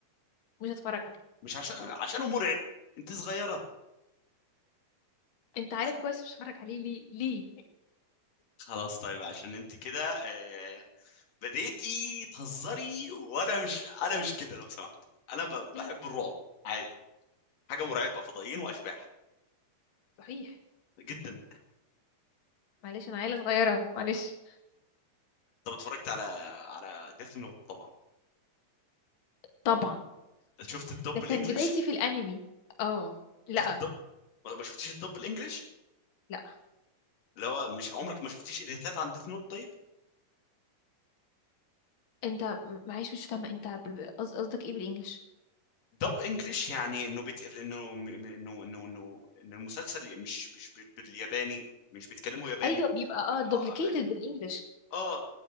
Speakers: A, on the left; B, on the left.
A: مش هتفرج عليه
B: مش عشان عشانه مرعب انت صغيره
A: انت عارف
B: ه-
A: كويس مش هتفرج عليه ليه ليه
B: خلاص طيب عشان انت كده آه، بديتي تهزري وانا مش انا مش كده لو سمحت انا ب-
A: مم،
B: بحب الرعب عادي حاجه مرعبه فضائيين واشباح
A: صحيح
B: جدا
A: معلش انا عيلة صغيرة معلش
B: طب اتفرجت على على ديث نوت طبعا
A: طبعا
B: شفت الدب
A: ده كان
B: الانجليش
A: بدايتي في الانمي اه لا
B: شفت الدب... ما ما شفتيش الدب الانجليش
A: لا
B: اللي هو مش عمرك ما شفتيش اديتات عن ديث نوت طيب
A: انت م- معلش مش فاهمة انت ب- ب- قصد- قصدك ايه بالانجلش
B: دب انجليش يعني انه بيت... انه م- م- انه انه انه ان المسلسل مش مش بال- بالياباني مش بيتكلموا ياباني
A: ايوه بيبقى اه دوبليكيتد
B: اه
A: بالانجلش
B: آه،